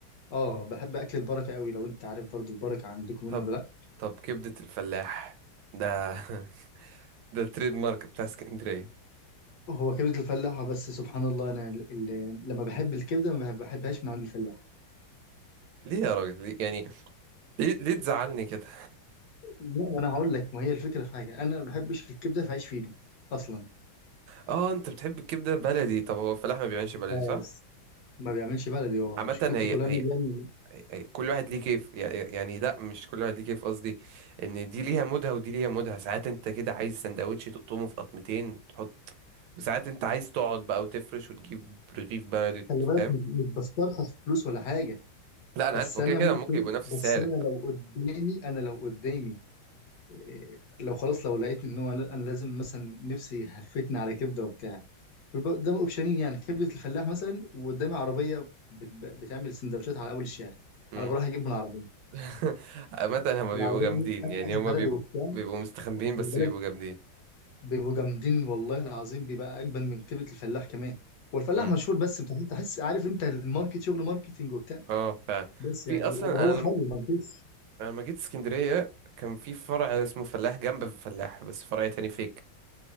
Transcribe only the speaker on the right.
طب
طب كبدة الفلاح ده <laughs> ده التريد مارك بتاع اسكندرية
ليه يا راجل ليه- يعني ليه, ليه تزعلني كده
اه انت بتحب الكبدة بلدي طب هو الفلاح ما بيعملش
بلدي صح
عامة
هي,
هي,
هي كل واحد ليه كيف يع- يعني لا مش كل واحد ليه كيف قصدي ان دي ليها مودها ودي ليها مودها ساعات انت كده عايز سندوتش تقطمه في قطمتين تحط وساعات انت عايز تقعد بقى وتفرش وتجيب رغيف بلدي
فاهم
لا انا
عارف هو
كده كده
ممكن يبقوا نفس
السعر انت
إمم.
<laughs> عامة هما بيبقوا
جامدين
يعني
هما
بيبقوا
بيبقوا مستخبيين
بس
بيبقوا جامدين
امم
اه فعلا
في اصلا
انا
لما
أنا لما جيت اسكندرية كان في فرع اسمه فلاح جنب في فلاح بس فرع تاني فيك